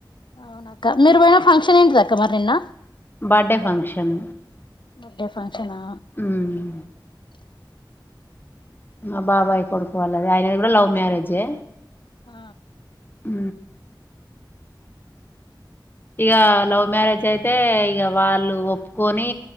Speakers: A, on the left (about 75°); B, on the left (about 25°).
A: అవును అక్క మీరు పోయినా ఫంక్షన్ ఏంటిది అక్క మరి నిన్న
B: బర్డే ఫంక్షన్
A: బర్త్డే ఫంక్షనా
B: ఉమ్ మా బాబాయ్ కొడుకు వాళ్ళది ఆయనది గుడా లవ్ మ్యారేజె
A: ఆ
B: ఉ ఇగ లవ్ మ్యారేజ్ అయితే ఇగ వాళ్ళు ఒప్పుకొని